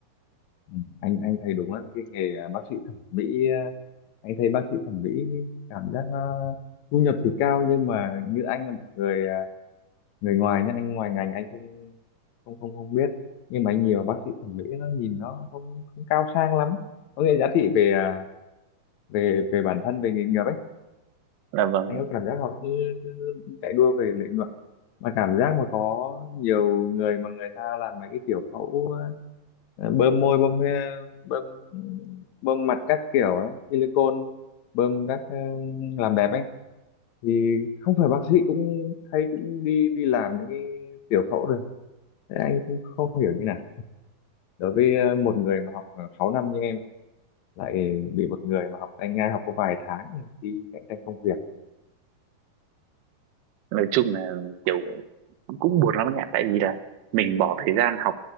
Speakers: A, on the left; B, on the right.
A: Ừ, anh anh thấy đúng á, cái nghề à, bác sĩ thẩm mỹ à, anh thấy bác sĩ thẩm mỹ cảm giác à, thu nhập thì cao nhưng mà như anh là một người à, người ngoài nhá anh ngoài ngành anh không không không không biết nhưng mà anh nhiều bác sĩ thẩm mỹ nó nhìn nó không không cao sang lắm có nghĩa giá trị về à, về về bản thân về nghề nghiệp ấy
B: là vâng
A: anh có cảm giác họ cứ, cứ chạy đua về lợi nhuận mà cảm giác mà có nhiều người mà người ta làm mấy cái kiểu phẫu à, Ờ, bơm môi bơm ờ, bơm bơm mặt các kiểu ấy silicone bơm các ờ, làm đẹp ấy thì không phải bác sĩ cũng thấy cũng đi đi làm những cái tiểu phẫu được Thế anh cũng không hiểu như nào đối với ờ, một người mà học ờ, 6 năm như em lại bị một người mà học anh ngay học có vài tháng thì đi cạnh tranh công việc
B: nói chung là kiểu cũng buồn lắm anh ạ tại vì là mình bỏ thời gian học